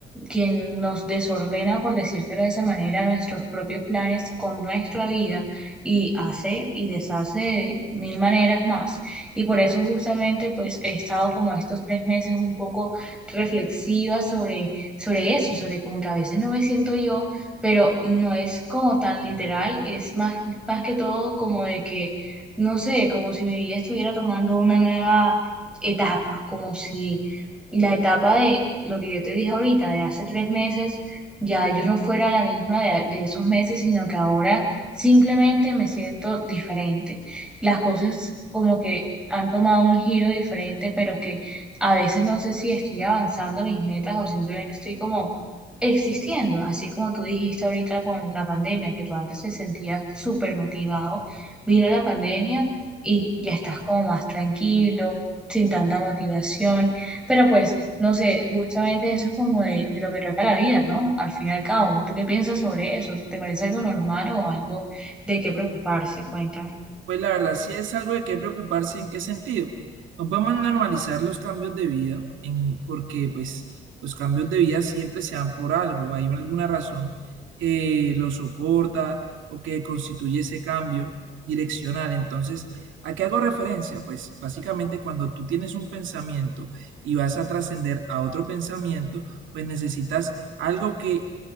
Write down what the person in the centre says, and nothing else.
quien nos desordena, por decírtelo de esa manera, nuestros propios planes con nuestra vida y hace y deshace de mil maneras más. Y por eso justamente, pues, he estado como estos tres meses un poco reflexiva sobre, sobre eso, sobre como que a veces no me siento yo pero no es como tan literal, es más más que todo como de que, no sé, como si mi vida estuviera tomando una nueva etapa, como si la etapa de lo que yo te dije ahorita, de hace tres meses, ya yo no fuera la misma de, de esos meses, sino que ahora simplemente me siento diferente. Las cosas como que han tomado un giro diferente, pero que a veces no sé si estoy avanzando mis metas o simplemente estoy como existiendo, así como tú dijiste ahorita con la pandemia, que tú antes te sentías súper motivado, vino la pandemia y ya estás como más tranquilo, sin tanta motivación, pero pues, no sé, justamente eso es como de, de lo que trata la vida, ¿no? Al fin y al cabo, ¿tú qué piensas sobre eso? ¿Te parece algo normal o algo de qué preocuparse? Cuéntame.